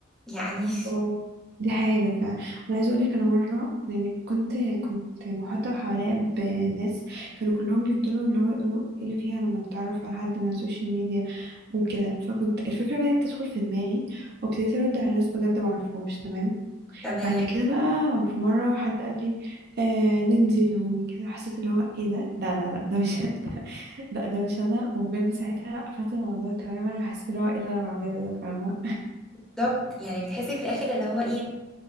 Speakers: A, in the centre; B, on the right.
A: يعني
B: اه دي حاجة فعلا أنا عايزة أقولك أنا مرة يعني كنت كنت محاطة حواليا بناس كانوا كلهم بيفضلوا اللي هو يقولوا ايه اللي فيها لما نتعرف على حد من على السوشيال ميديا وكده فكنت الفكرة بدأت تدخل في دماغي وابتديت أرد على ناس بجد معرفهاش تمام
A: <laughs> تمام
B: بعد كده بقى في مرة حد قال لي آه ننزل وكده حسيت اللي هو ايه ده لا لا لا ده مش <laughs> لا ده مش انا وبجد ساعتها قفلت الموضوع تماما وحسيت اللي هو ايه اللي انا بعمله ده فاهمة
A: بالظبط يعني بتحسي في الاخر اللي هو ايه,